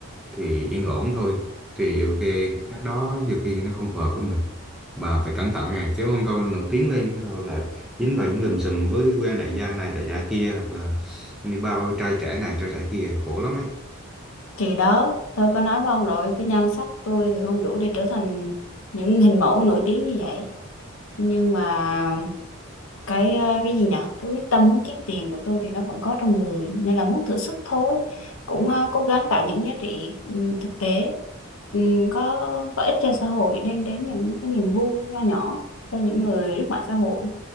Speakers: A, in the centre; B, on the left.
A: thì yên ổn thôi thì ok cái cách đó nhiều khi nó không phù hợp với mình bà phải cẩn thận này chứ không thôi nổi tiếng lên bắt đầu lại dính vào những lùm xùm với quen đại gia này đại gia kia hoặc là đi bao trai trẻ này trai trẻ kia khổ lắm ấy
B: Thì đó, tôi có nói với ông rồi, cái nhan sắc tôi thì không đủ để trở thành những hình mẫu nổi tiếng như vậy. Nhưng mà cái ờ, cái gì nhở Cái quyết tâm muốn kiếm tiền của tôi thì nó vẫn có trong người, nên là muốn thử sức thôi. Cũng ờ, cố gắng tạo những giá trị ừ, thực tế, ừ, có có ích cho xã hội, đem đến những cái niềm vui nho nhỏ cho những người lướt mạng xã hội.